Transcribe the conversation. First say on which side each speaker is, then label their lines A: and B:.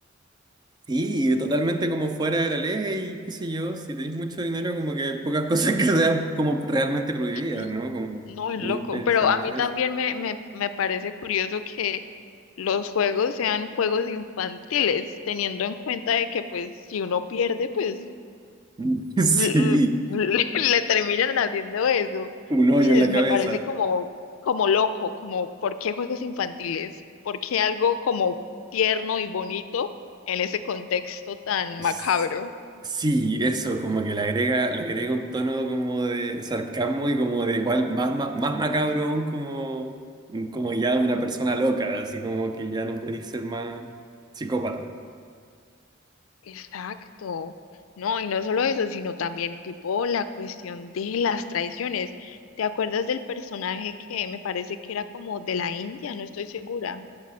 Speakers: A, on the right; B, on the left.
A: Sí, y totalmente como fuera de la ley, qué sé yo, si tenéis mucho dinero, como que hay pocas <laughs> cosas que sean como realmente prohibidas,
B: Y
A: ¿no? Como
B: no, es
A: muy
B: loco,
A: interesante
B: pero a mí también
A: eso.
B: me, me, me parece curioso que los juegos sean juegos infantiles, teniendo en cuenta de que pues si uno pierde, pues
A: Mm.
B: <laughs>
A: <laughs> Sí,
B: le, le terminan haciendo eso.
A: un
B: No
A: hoyo
B: sé,
A: en la cabeza.
B: me parece como, como loco, como ¿por qué juegos infantiles? ¿Por qué algo como tierno y bonito en ese contexto tan
A: Es-
B: macabro?
A: Sí, eso, como que le agrega, le agrega un tono como de sarcasmo y como de igual, más, ma- más, macabro aún como, como ya una persona loca, así como que ya no podéis ser más psicópata.
B: Exacto. No, y no solo eso, sino también tipo la cuestión de las traiciones. ¿Te acuerdas del personaje que me parece que era como de la India? No estoy segura.